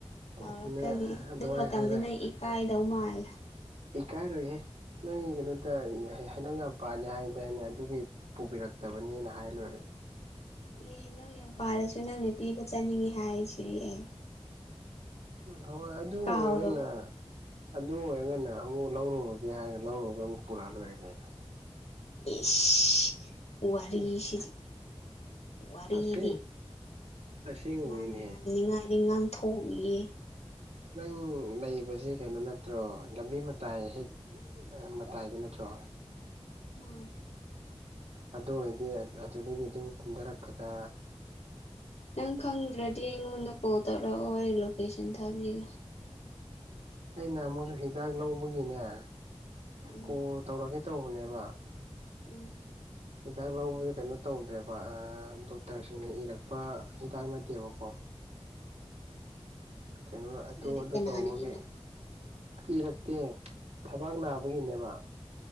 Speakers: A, on the right (about 80°); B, on the left (about 80°).
A: ꯑꯗꯨꯃꯥꯏꯅ
B: ꯂꯥꯎꯔꯛꯀꯅꯤ, ꯑꯗꯨ ꯃꯇꯝꯗꯨꯗ
A: ꯍꯥꯏꯔꯦ
B: ꯏꯀꯥꯏꯗꯧ ꯃꯥꯜꯂꯦ꯫
A: ꯏꯀꯥꯏꯔꯣꯏꯍꯦ ꯅꯪ ꯀꯩꯅꯣ <unintelligible> ꯍꯩ ꯍꯩꯅꯧ ꯌꯥꯝ ꯄꯥꯜꯂꯤ ꯍꯥꯏꯗꯥꯏꯅꯦ ꯑꯗꯨꯒꯤ ꯄꯨꯕꯤꯔꯛꯇꯕꯅꯤꯅ ꯍꯥꯏ ꯂꯣꯏꯔꯦ꯫
B: ꯏ ꯍꯩꯅꯧ ꯌꯥꯝ ꯄꯥꯜꯂꯁꯨ ꯅꯪꯅ ꯄꯤꯕ ꯆꯥꯅꯤꯡꯉꯤ ꯍꯥꯏꯁꯤꯗꯤ ꯑꯩ꯫
A: ꯎꯝ ꯑꯍꯣꯏ ꯑꯗꯨ
B: ꯀꯥꯎꯔꯕꯣ
A: ꯑꯣꯏꯔꯒꯅ ꯑꯗꯨ ꯑꯣꯏꯔꯒꯅ ꯑꯃꯨꯛ ꯂꯧꯔꯨꯔꯒꯦ ꯍꯥꯏꯔ ꯂꯧꯔꯨꯔꯒ ꯑꯃꯨꯛ ꯄꯨꯔꯛ ꯂꯣꯏꯔꯦꯀꯩꯅꯣ꯫
B: ꯏꯁ! ꯋꯥꯔꯤ
A: ꯏꯁ
B: ꯁꯤꯗꯤ꯫ ꯋꯥꯔꯤꯗꯤ
A: ꯑꯁꯦꯡ ꯑꯁꯦꯡꯕꯅꯤꯅꯦꯍꯦ
B: ꯃꯥꯅ ꯉꯥꯡꯅꯤꯡ ꯉꯥꯡꯅꯤꯡ ꯉꯥꯡ ꯊꯣꯛꯏ
A: ꯅꯪ ꯂꯩꯕꯁꯦ ꯀꯩꯅꯣ ꯅꯠꯇ꯭ꯔꯣ ꯂꯝꯕꯤ ꯃꯇꯥꯏ ꯍꯦꯛ ꯑ ꯃꯇꯥꯏꯗ ꯅꯠꯇ꯭ꯔꯣ?
B: ꯃꯥꯅꯦ
A: ꯑꯗꯨ ꯑꯣꯏꯔꯗꯤ ꯑꯗꯨꯗꯒꯤ ꯑꯗꯨꯝ ꯀꯨꯝꯗꯔꯛꯄꯗ
B: ꯅꯪ ꯈꯪꯗ꯭ꯔꯗꯤ ꯑꯩꯉꯣꯟꯗ ꯀꯣꯜ ꯇꯧꯔꯛꯑꯣ ꯑꯩ ꯂꯣꯀꯦꯁꯟ ꯊꯥꯕꯤꯒꯦ
A: ꯑꯩꯅ ꯑꯃꯨꯛꯁꯨ ꯍꯤꯗꯥꯛ ꯂꯧꯕꯒꯤꯅꯦ
B: ꯎꯝ
A: ꯀꯣꯜ ꯇꯧꯔꯛꯀꯦ ꯇꯧꯕꯅꯦꯕ
B: ꯎꯝ
A: ꯍꯤꯗꯥꯛ ꯂꯧꯕꯗ ꯀꯩꯅꯣ ꯇꯧꯗ꯭ꯔꯦꯕ ꯑ ꯗꯣꯛꯇꯔꯁꯤꯡꯅ ꯏꯔꯛꯄ ꯍꯤꯗꯥꯛ ꯅꯠꯇꯦꯕꯀꯣ ꯀꯩꯅꯣ ꯑꯗꯨ
B: ꯑꯗꯨꯗꯤ
A: ꯑꯗꯨ
B: ꯀꯅꯥꯅ
A: ꯇꯧꯕꯒꯤ
B: ꯏꯔꯛꯄ
A: ꯏꯔꯛꯇꯦ ꯊꯕꯥꯛ ꯅꯥꯕꯒꯤꯅꯦꯕ